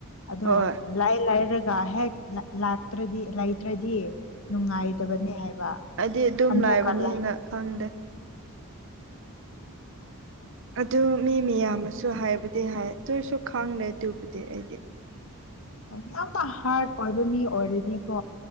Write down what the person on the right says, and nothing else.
ꯍꯣꯏ
ꯑꯩꯗꯤ ꯑꯗꯨꯝ
ꯂꯥꯏꯕꯅꯤꯅ
ꯈꯪꯗꯦ ꯑꯗꯨ ꯃꯤ ꯃꯌꯥꯝꯅꯁꯨ ꯍꯥꯏꯕꯨꯗꯤ ꯍꯥꯏ ꯇꯣꯏꯔꯁꯨ ꯈꯪꯗꯦ ꯑꯗꯨꯕꯨꯗꯤ ꯑꯩꯗꯤ